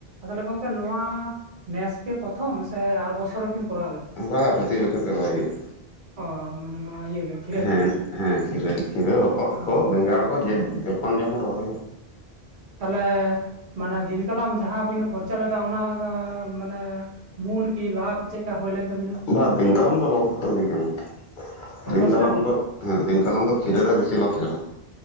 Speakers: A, on the right; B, on the left.
A: ᱛᱟᱦᱚᱞᱮ ᱜᱚᱢᱠᱮ ᱱᱚᱣᱟ ᱱᱮᱥ ᱜᱮ ᱯᱨᱚᱛᱷᱚᱢ ᱥᱮ ᱟᱨ ᱵᱚᱪᱷᱚᱨ ᱦᱚᱸ ᱵᱮᱱ ᱠᱚᱨᱟᱣ ᱞᱮᱫᱟ
B: ᱵᱟᱝ ᱯᱨᱚᱛᱤ ᱵᱚᱪᱷᱚᱨ ᱜᱮ ᱨᱚᱦᱚᱭ ᱦᱩᱭᱩᱜᱼᱟ
A: ᱚ ᱢᱟᱱᱮ ᱱᱚᱣᱟ ᱤᱭᱟᱹ ᱠᱷᱤᱨᱟᱹ
B: ᱦᱮᱸ
A: ᱜᱮ
B: ᱦᱮᱸ ᱠᱷᱤᱨᱟᱹ ᱠᱷᱤᱨᱟᱹ ᱦᱚᱛᱚᱫ
A: ᱚ
B: ᱠᱚ ᱵᱮᱸᱜᱟᱲ ᱠᱚ
A: ᱚ
B: ᱡᱮ ᱡᱚᱠᱷᱚᱱ ᱡᱮᱢᱚᱱ ᱨᱚᱦᱚᱭᱟ
A: ᱛᱟᱦᱚᱞᱮ ᱢᱟᱱᱮ ᱫᱤᱱᱠᱟᱞᱚᱢ ᱡᱟᱦᱟᱸ ᱵᱮᱱ ᱠᱷᱚᱨᱪᱟ ᱞᱮᱫᱟ ᱚᱱᱟ ᱢᱟᱱᱮ ᱢᱩᱞ ᱠᱤ ᱞᱟᱵᱷ ᱪᱮᱠᱟ ᱦᱩᱭ ᱞᱮᱱ ᱛᱟᱵᱤᱱᱟ
B: ᱵᱟᱝ ᱫᱤᱱᱠᱟᱞᱚᱢ ᱫᱚ ᱞᱚᱥ ᱨᱮᱛᱚ ᱦᱩᱭ ᱠᱟᱱᱟ
A: ᱚ
B: ᱫᱤᱱᱠᱟᱞᱚᱢ
A: ᱞᱚᱥ ᱞᱮᱱ ᱛᱟᱵᱤᱱᱟ
B: ᱫᱚ ᱦᱮᱸ ᱫᱤᱱᱠᱟᱞᱚᱢ ᱫᱚ ᱠᱷᱤᱨᱟᱹ ᱨᱮ ᱵᱮᱥᱤ ᱞᱚᱥ ᱪᱟᱞᱟᱜ